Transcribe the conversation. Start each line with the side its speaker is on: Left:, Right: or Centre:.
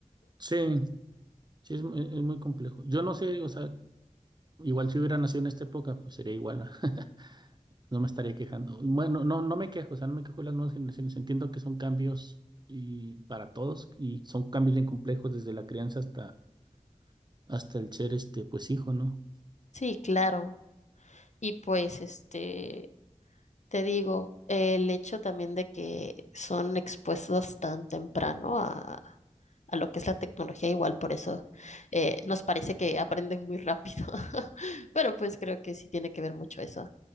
Right: Sí, sí es, mu- es muy complejo. Yo no sé, o sea, igual si hubiera nacido en esta época, pues sería igual. <laughs> No me estaría quejando. Bueno, no, no me quejo, o sea, no me quejo de las nuevas generaciones. Entiendo que son cambios y para todos y son cambios bien complejos desde la crianza hasta hasta el ser este pues hijo, ¿no?
Left: Sí, claro. Y pues, este, Te digo, el hecho también de que son expuestos tan temprano a, a lo que es la tecnología, igual por eso eh, nos parece que aprenden muy rápido, <laughs> pero pues creo que sí tiene que ver mucho eso.